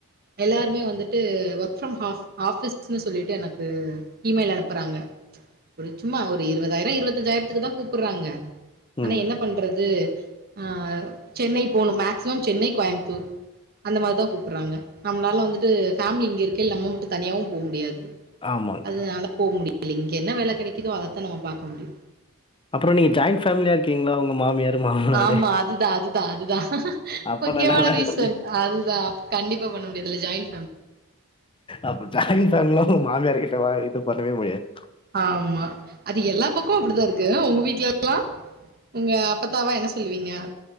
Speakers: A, on the right; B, on the left.
A: எல்லாருமே வந்துட்டு ஒர்க் ஃபரம் ஹாஃப் ஃப்பிஸ்ன்னு சொல்லிட்டு எனக்கு இமெயில் அனுப்புறாங்க ஒரு சும்மா ஒரு இருவதாயிரோ இருவத்தஞ்சாயிரத்துக்கு தா கூப்புறாங்க ஆனா
B: ம்.
A: என்ன பண்றது ஆ சென்னை போணு மே மேக்ஸிமம் சென்னை கோயம்த்தூர் அந்த மாரி தா கூப்புறாங்க நம்மளால வந்துட்டு ஃபேமிலி இங்கருக் கில் நம்ம மட்டு தனியாவு போ முடியாது
B: ஆமாங்க்கா.
A: அதனால போ முடியு இல்ல இங்க என்ன வேல கெடைக்குதோ அதத்தா நம்ம பாக்க முடியு
B: அப்புறோ நீங்க ஜாய்ன் ஃபேமிலியா இருக்கீங்களா உங்க மாமியார் மாமனாரு?
A: ஆமா அதுதா அதுதா அதுதா
B: அப்ப
A: முக்கியமான
B: நான் நல்லா இருக்குது.
A: ரீசன்ட் அதுதா கண்டிப்பா பண்ண முடியதுல ஜாய்ன்
B: அப் ஜாயின் ஃபேமிலிலா ஊ மாமியார் கிட்ட வா இது பண்ணவே முடியாத்
A: ஆமா அது எல்லா பக்கொ அப்டிதா இருக்கு ஆ உங்க வீட்லல்லா உங்க அப்பத்தாவா என்ன சொல்லுவீங்க